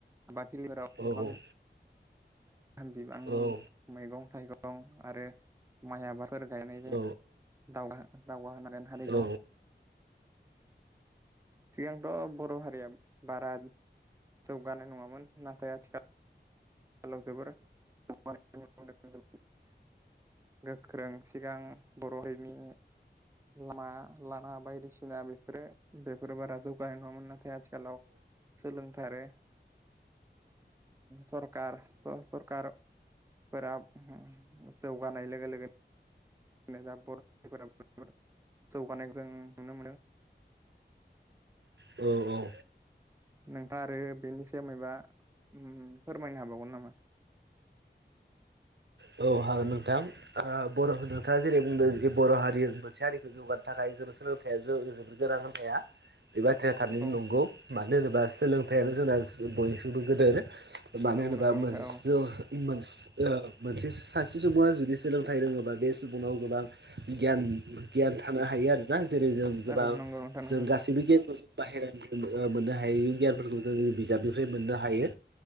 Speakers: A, on the right; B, on the right.
A: आबाद थिलिफोराव
B: औ
A: गोबां बिबांनि
B: औ
A: मैगं थाइगं आरो माइ आबाद फोर गायनायजों
B: औ
A: दावगा दाउगाहोनोनांगोन हारिखौ
B: औ
A: सिगांथ बर हारिया बारा जौगानाय नङामोन नाथाय आथिखाल <unintelligible> गोख्रों सिगां बर हारिनि लामा लामा बायदिसिना बेफोरो बेफोरो बारा जौगानाय नङामोन ना आथिखालाव सोलोंथारो सरखार सरखार फोरा ओहोम जौगानाय लोगो लोगो <unintelligible> जौगानाय जों नुनो मोनो
B: औ औ
A: नोंथाङा आरो बेनि सायाव मायाबा ओम फोरमायनो हाबावगोन नामा
B: औ भागों नोंथां आ बर' नोंथाङा जेरै बुंदों जे बर' हारि मोनसे हारिखौ जौगानो थाखाय <inaudible> सोलोंथाइया <unintelligible> बे बाथ्राया थाबैनो
A: औ
B: नंगौ मानो होनोबा सोलोंथायाइानो जोंना बयनिखसिुइबो गोदोर मानो
A: औ
B: होनोबा
A: नंगौ नोंथां
B: मोन
A: औ
B: <unintelligible> मोनसे। सासे सुबुङा जुदि सोलोंथाइ रोङोबा बे सुबुङाव गोबां गियान गियान थानो हायो आरोना जेरै जों गोबां
A: औ नंगौ नोंथां नंगौ
B: जों गासैबो गियानखौ ज बाहेरानि मोननो हायो गियानफोरखौ जों बिज निफ्राय मोननो हायो